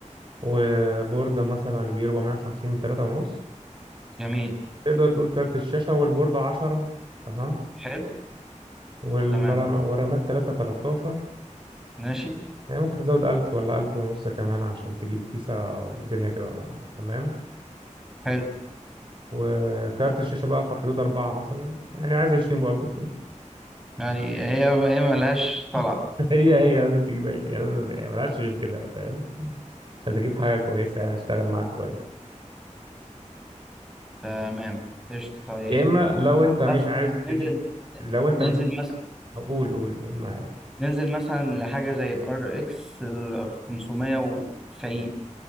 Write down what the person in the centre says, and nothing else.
جميل
حلو
تمام
ماشي
حلو
يعني هي هي ملهاش طلع
تمام قشطة طيب
مثلا
ننزل
ننزل
مثلا
ننزل مثلا لحاجة زي ال RX ال 590